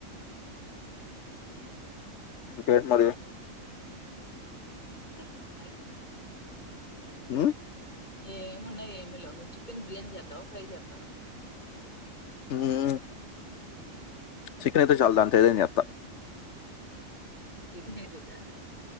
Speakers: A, on the left; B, on the left.
A: ఇంకేం మరి
B: న్నాై
A: హ్మ్.
B: ఏమి ఉన్నాయి ఏమిలేవు నువు చికెన్ బిర్యానీ చేస్తావా ఫ్రై చేస్తావా
A: హ చికన్ అయితే చాలు దాంతో ఏదైనా చేత
B: చికెన్ అయితే చాలా